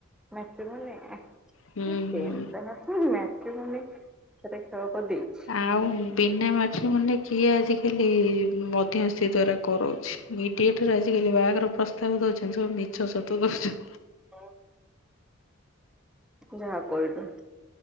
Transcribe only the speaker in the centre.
ମାଟ୍ରିମୋନି ମାନେ ଉଁ
ସେମ୍
ତ କଥା ମାଟ୍ରିମୋନି ସେଟା କ୍ଷେୟ କରିଦେଇଛି।
ଅ। ଯାହା କହିଲୁ।